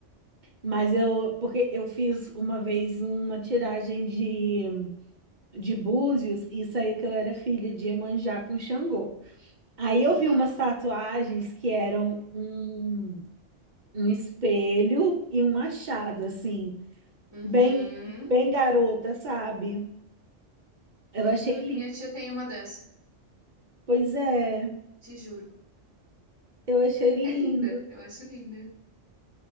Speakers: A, on the right (about 40°); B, on the right (about 20°).
A: Mas eu, porque eu fiz uma vez uma tiragem de, de búzios e saiu que eu era filha de Iemanjá com Xangô. Aí eu
B: Aham.
A: vi umas tatuagens que eram um, um espelho e um machado, assim,
B: Uhum.
A: bem, bem garota, sabe? Eu
B: Uhum.
A: achei lindo.
B: Minha tia tem uma dessa,
A: Pois é,
B: te juro.
A: eu achei lindo.
B: É linda, eu acho linda.